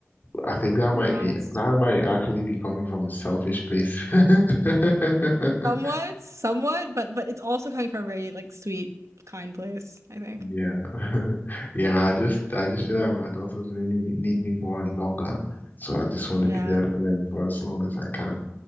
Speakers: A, on the left (about 35°); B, on the right (about 70°).
A: I think that might
B: Oh,
A: be
B: that's
A: that
B: true.
A: might actually be coming from a selfish place. <laughs>
B: Somewhat, somewhat, but but it's also coming from a very like sweet, kind place, I think.
A: Yeah. <laughs> Yeah, I just I just feel like my daughters really need need me more and longer. So I just want
B: Yeah,
A: to be there for them for as long as I can.